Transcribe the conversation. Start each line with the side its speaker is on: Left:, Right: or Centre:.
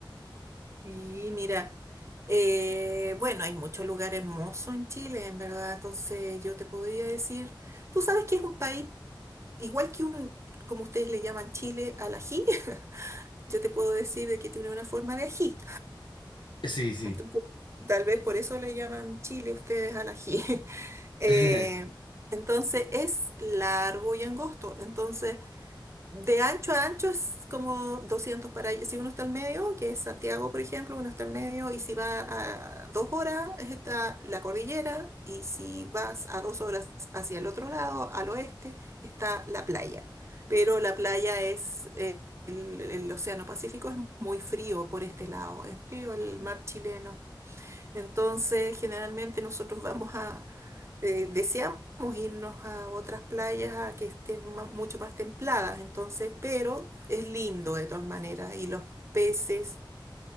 Right: Y mira, eh, bueno, hay muchos lugares hermosos en Chile, en verdad. Entonces yo te podría decir, tú sabes que es un país igual que un, como ustedes le llaman Chile al ají, <laughs> yo te puedo decir de que tiene una forma de ají.
Left: Sí, sí.
Right: Entonces, tal vez por eso le llaman Chile ustedes al ají. <laughs> Eh,
Left: <laughs>
Right: entonces es largo y angosto. Entonces De ancho a ancho es como 200 para allá. Si uno está al medio, que es Santiago, por ejemplo, uno está al medio, y si va a dos horas, está la cordillera, y si vas a dos horas hacia el otro lado, al oeste, está la playa. Pero la playa es, eh, el, el océano Pacífico es muy frío por este lado, es frío el mar chileno, entonces, generalmente nosotros vamos a, eh, deseamos irnos a otras playas a que estén ma- mucho más templadas, entonces, pero es lindo de todas maneras y los peces,